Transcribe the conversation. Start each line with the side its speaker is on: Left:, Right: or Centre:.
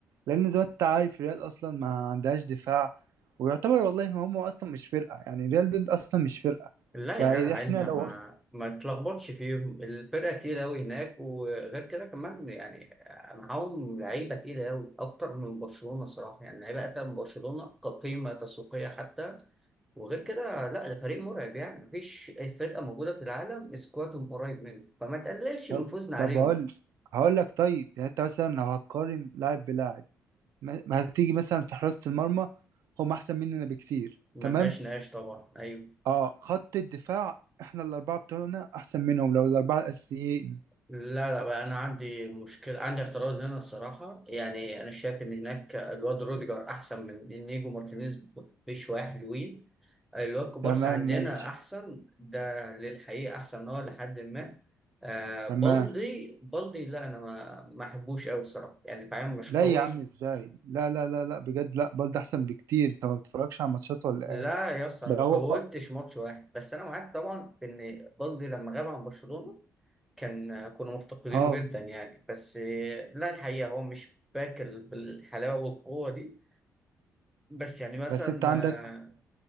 Right: لان زي ما انت عارف ريال اصلا ما عندهاش دفاع ويعتبر والله ما هم اصلا مش فرقه يعني ريال دول اصلا مش فرقه
Centre: لا
Right: يعني
Centre: يا جدع
Right: احنا
Centre: انت ما
Right: لو
Centre: ما تلخبطش فيهم الفرقه تقيله قوي هناك وغير كده كمان يعني معاهم لعيبه تقيله قوي اكتر من برشلونه صراحه يعني لعيبه اكتر من برشلونه كقيمه تسويقيه حتى وغير كده لا ده فريق مرعب يعني مفيش أي فرقه موجوده في العالم سكوادهم قريب منه فما تقللش
Right: طب
Centre: من فوزنا
Right: طب
Centre: عليهم
Right: هقول هقول لك طيب يعني انت مثلا لو هتقارن لاعب بلاعب ما ما هتيجي مثلا في حراسة المرمى هم احسن مننا بكتير
Centre: ما
Right: تمام
Centre: فيهاش نقاش طبعا ايوه
Right: اه خط الدفاع احنا الاربعة بتوعنا احسن منهم لو الاربعة الاساسيين
Centre: لا لا بقى انا عندي مشكله عندي اعتراض هنا الصراحه يعني انا شايف ان هناك الواد روديجر احسن من نيجو مارتينيز بشويه حلوين الواد كوبارسي
Right: تمام
Centre: عندنا
Right: ماشي
Centre: احسن ده للحقيقه احسن هو لحد ما آه بالدي
Right: تمام
Centre: بالدي لا انا ما ما احبوش قوي الصراحه يعني فاهم مش
Right: لا
Centre: قوي
Right: يا عم ازاي لا لا لا لا بجد لا بلد احسن بكتير انت ما بتتفرجش على ماتشات ولا
Centre: لا
Right: ايه
Centre: يا اسطى
Right: ده
Centre: انا ما
Right: هو
Centre: فوتش ماتش واحد بس انا معاك طبعا في ان بالدي لما غاب عن برشلونه كان كنا مفتقدينه
Right: اه
Centre: جدا يعني بس آه، لا الحقيقة هو مش باكل بالحلاوة والقوة دي بس يعني مثلا
Right: بس انت عندك
Centre: آه،